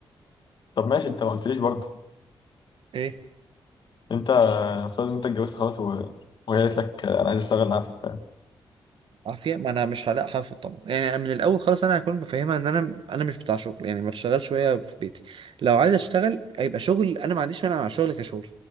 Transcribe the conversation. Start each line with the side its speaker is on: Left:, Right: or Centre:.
Left: طب ماشي انت ما قلتليش برضه
Right: ايه
Left: انت افترض ان انت اتجوزت خلاص و... وهي قالت لك انا عايز اشتغل معاك فاهم
Right: عافية ما انا مش هلاقي حافظ طبعا يعني من الاول خالص انا هكون مفهمها ان انا انا مش بتاع شغل يعني ما تشتغل شوية في بيتي لو عايز اشتغل هيبقى شغل انا ما عنديش مانع مع الشغل كشغل